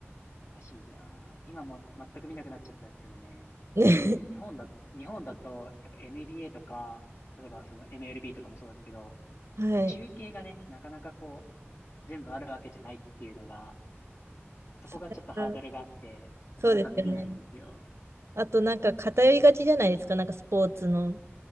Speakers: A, on the left (about 70°); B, on the right (about 70°).
A: 懐かしいな。今も全く見なくなっちゃったんですけどね。
B: ね <laughs>
A: 日本だ、日本だと、やっぱ NBA とか、例えばその MLB とかもそうですけど、
B: はい。
A: こう中継がね、なかなかこう、全部あるわけじゃないっていうのが、そこがちょっとハードルがあって、
B: それが
A: なかなか見れないんですよ。
B: そうですよね。あと、なんか偏りがちじゃないですか、なんかスポーツの、